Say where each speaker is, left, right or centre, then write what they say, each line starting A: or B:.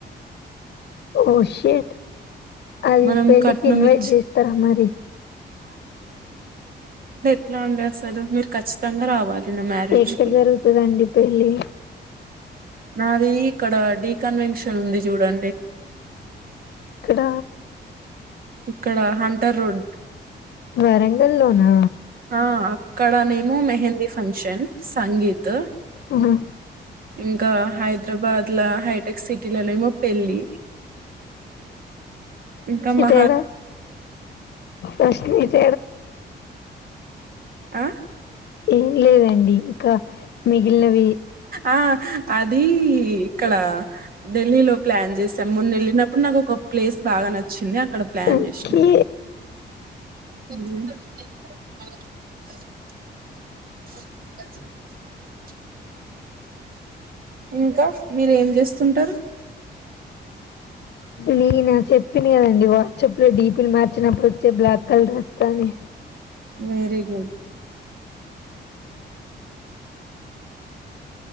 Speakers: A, on the left (about 70°); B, on the right (about 55°).
A: ఓ షెట్ అది
B: మనం
A: పెళ్ళికి
B: కట్నం
A: ఇన్వైట్
B: ఇచ్చి
A: చేస్తారా మరి
B: ట్లా అండి అసలు మీరు ఖచ్చితంగా రావాలి నా మ్యారేజ్
A: ఎక్కడ
B: కి
A: జరుగుతదండి పెళ్ళి
B: నాది ఈక్కడ డి కన్వెన్షన్ న్ ఉంది చూడండి
A: ఎక్కడ
B: ఇక్కడ హంటర్ రోడ్
A: వరంగల్లోనా
B: ఆ అక్కడ నేమో మెహందీ ఫంక్షన్ సంగీత్
A: ఆహా
B: ఇంకా హైదరాబాద్ ట్లా హైట్ హైటెక్ సిటీలో నేమో పెళ్లి ఇంకా మా
A: ఏడ బుల్షిత్
B: ఆ
A: ఏం లేదండి ఇంకా మిగిలినవి
B: ఆ అది ఇక్కడ ఢిల్లీలో ప్లాన్ చేసాం ముందు వెళ్ళినప్పుడు నాకు ఒక ప్లేస్ బాగా నచ్చింది అక్కడ ప్లాన్
A: ఓకే
B: చేసినాం <unintelligible> <inaudible> <inaudible> ఇంకా మీరు ఏం చేస్తుంటారు
A: నేనా చెప్పిన కదండి వాట్సాప్ లో డి పి లు మార్చినప్పుడు వచ్చే బ్లాక్ కలర్ వస్తా అని
B: వెరీ గుడ్